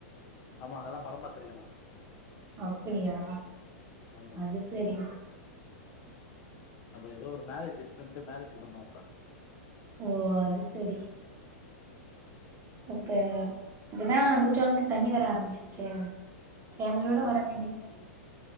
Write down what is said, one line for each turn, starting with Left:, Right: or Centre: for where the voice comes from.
Left: ஆமா அங்கல்லா படம் பாத்தருக்கே நா
Right: அப்டியா
Left: ஆமா
Right: அது செரிங்
Left: அப்போ எதோ ஒரு மேரேஜு ஃப்ரெண்டு மேரேஜ்க் வந்தோ <unintelligible>
Right: ஓ அது செரி சப்ப இப்பதா குற்றாலத்துல தண்ணி வர ஆரம்பிச்சிருச்சே ஃபேமிலியோட
Left: வரனோ
Right: வர வேண்டியதுதான